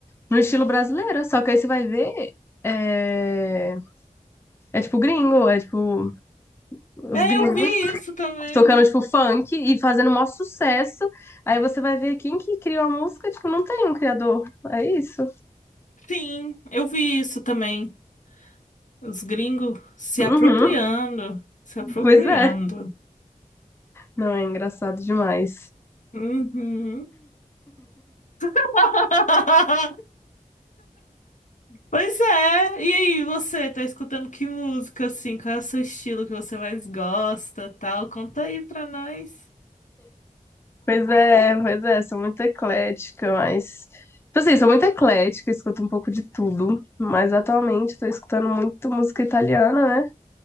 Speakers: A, on the left; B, on the left.
A: No estilo brasileiro, só que aí você vai ver. É, é tipo gringo, é tipo os
B: É,
A: gringos
B: eu vi isso também.
A: tocando tipo funk e fazendo o maior sucesso. Aí você vai ver quem que criou a música, tipo, não tem um criador. É isso.
B: Sim, eu vi isso também. Os gringos se
A: Uhum,
B: apropriando, se apropriando.
A: pois é. Não, é engraçado demais.
B: Uhum. <laughs> Pois é. E aí, você tá escutando que música assim? Qual é o seu estilo que você mais gosta, tal? Conta aí pra nós.
A: Pois é, pois é, sou muito eclética, mas. Tipo assim, sou muito eclética, escuto um pouco de tudo. Mas atualmente tô escutando muito música italiana, né?